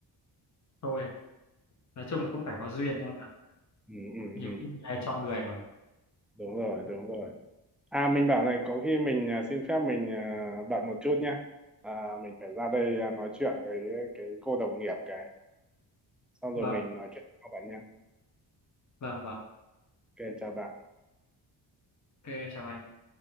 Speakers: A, on the left; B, in the centre.
A: thôi, nói chung là cũng phải có duyên thôi. ạ.
B: ừ, ừ,
A: Nhiều
B: ừ.
A: khi là chọn người mà.
B: đúng rồi đúng rồi à mình bảo này có khi mình à, xin phép mình à, bận một chút nhá à, mình phải ra đây à, nói chuyện với cái cô đồng nghiệp cái xong rồi
A: Vâng,
B: mình nói chuyện sau bạn nhá
A: vâng, vâng.
B: ok chào bạn
A: Ok, em chào anh.